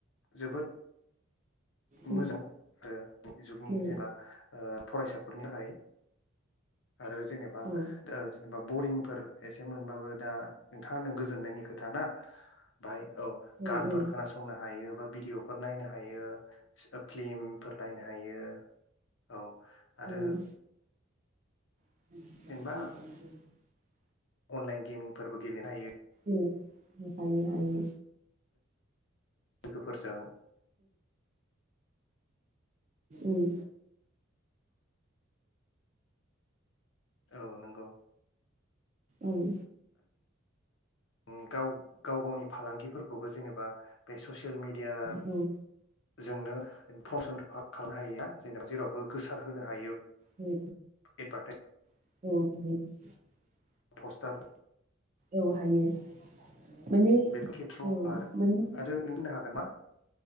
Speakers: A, on the left; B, on the right.
A: जोबोद
B: ओं
A: मोजां ओ दानि जुगनि
B: ओं
A: जेनेबा ओ फरायसा फोरनि थाखाय आरो जेनेबा
B: औ
A: ओ जेनेबा बरिंफोर एसे मोनबाबो दा नोंथाङा होनदों गोजोननायनि खोथा ना बाहाय औ
B: ओं
A: गानफोर
B: ओं
A: खोनासंनो हायो बा भिडअफोर नायनो हा यो फ्लिमफोर नायनो हायो। औ आरो
B: ओम <inaudible>
A: जेनेबा अनलाइन गेमिंफोरबो गेलेनो हायो।
B: ओम हायो हायो
A: लोगोफोरजों
B: उम
A: औ नंगौ
B: ओम
A: ओम गाव गाव गावनि फालांगिफोरखौबो जेनेबा बे ससे सेल मिडिया
B: औ
A: जोंनो फमसन खालामनो हायो जेनेबा जेरावबो गोसार होनो हायो
B: औ
A: एडभार्टाइस
B: औ <inaudible>
A: पस्टार
B: औ हायो माने
A: बेफोर खेथ्र'आव
B: औ
A: आर
B: माने
A: आरो नों होननो हागोन ना?